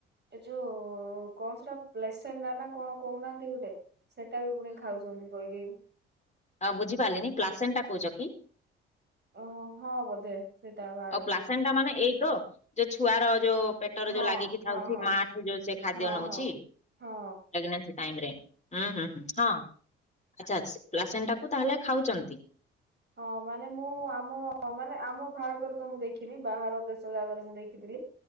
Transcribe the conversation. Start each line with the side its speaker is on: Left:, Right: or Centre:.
Right: ଏ ଯୋଉ କଣ ସେଟା ପ୍ଲେସେଣ୍ଟା ନା କଣ କହୁନାହାନ୍ତି ଗୁଟେ? ସେଟା ବି ପୁଣି ଖାଉଛନ୍ତି କହିଗେଇ।
Left: ହଁ ବୁଝି ପାର୍ଲିନି ପ୍ଲାସେନ୍ଟା କହୁଚ କି?
Right: ଓ ହଁ ବୋଧେ। ସେଇଟା ବା
Left: ଆଉ ପ୍ଲାସେନ୍ଟା ମାନେ ଏଇ ତ ଯୋଉ ଛୁଆର ଯୋଉ ପେଟରେ
Right: ହଁ
Left: ଯୋଉ ଲାଗିକି ଥାଉଛି
Right: ହଁ ହଁ
Left: ମା ଯଉ ସେ ଖାଦ୍ୟ
Right: ହଁ
Left: ନଉଛି
Right: ହଁ। ହଁ
Left: ପେଗେନେନ୍ସି ଟାଇମ୍ ରେ ହୁଁ ହୁଁ ହଁ। ଆଚ୍ଛା ଆସି ପ୍ଲାସେନ୍ ଟାକୁ ତାହେଲେ ଖାଉଚନ୍ତି?
Right: ହଁ ମାନେ ମୁଁ ଆମ ମାନେ ଆମ ଭାରତରେ ତ ମୁଁ ଦେଖିନି ବାହାର ଦେଶ ଜାକରେ ମୁଁ ଦେଖିଥିଲି।